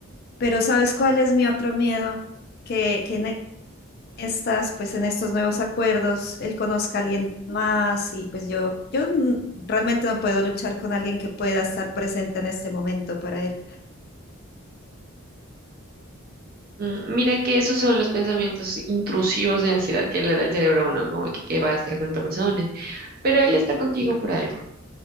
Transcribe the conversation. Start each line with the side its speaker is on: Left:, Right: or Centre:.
Left: Pero ¿sabes cuál es mi otro miedo? Que, que en estas, pues en estos nuevos acuerdos, él conozca a alguien más y pues yo, yo mm, realmente no puedo luchar con alguien que pueda estar presente en este momento para él.
Right: Mm, Mira que esos son los pensamientos intrusivos de ansiedad que le da el cerebro a uno, como que, que va a estar con otra persona, pero él está contigo por algo.